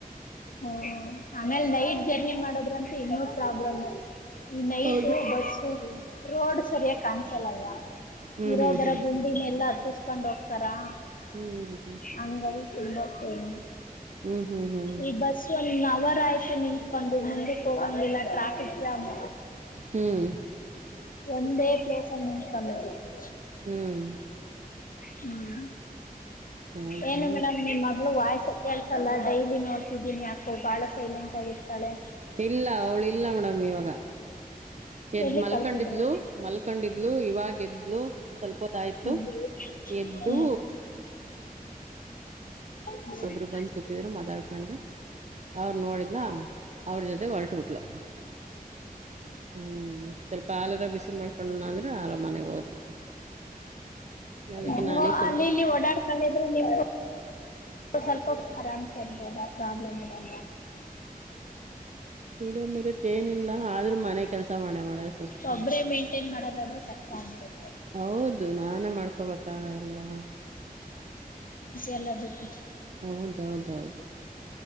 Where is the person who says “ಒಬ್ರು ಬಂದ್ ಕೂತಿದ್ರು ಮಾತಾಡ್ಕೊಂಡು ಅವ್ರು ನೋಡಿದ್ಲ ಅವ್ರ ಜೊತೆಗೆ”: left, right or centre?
Right